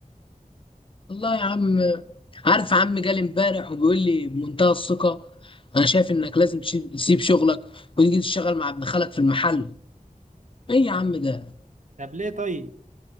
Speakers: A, on the left; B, on the right.
A: والله يا عم عارف عم جالي امبارح وبيقول لي بمنتهى الثقة انا شايف انك لازم تش- تسيب شغلك وتيجي تشتغل مع ابن خالك في المحل ايه يا عم ده
B: طب ليه طيب؟